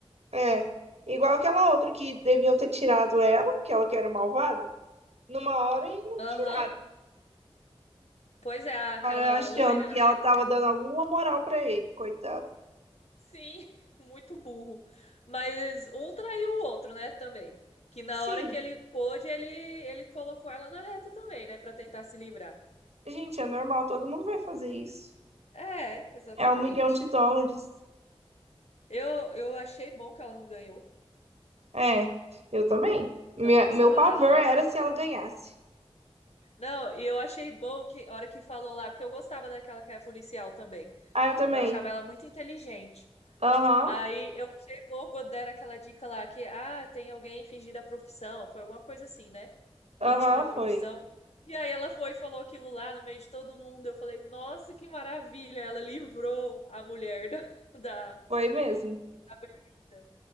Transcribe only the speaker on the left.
Aham.
Pois é, aquela
loira,
né?
Sim, <laughs> muito burro. Mas um traiu o outro, né, também. Que na
hora que ele pôde, ele, ele colocou ela na reta também, né, Pra tentar se livrar.
É, exatamente.
Eu, eu achei bom que ela não ganhou,
que eu não gostava
dela, não.
Não, e eu achei bom que, a hora que falou lá, porque eu gostava daquela que é policial também.
Eu achava ela muito inteligente.
Aí eu achei bom quando deram aquela dica lá que, ah, tem alguém fingindo a profissão, foi alguma coisa assim, né? Mentindo
a profissão.
E aí ela foi e falou aquilo lá no meio de todo mundo. Eu falei, nossa, que maravilha! Ela livrou a mulher da, <laughs> da,
da Berlinda.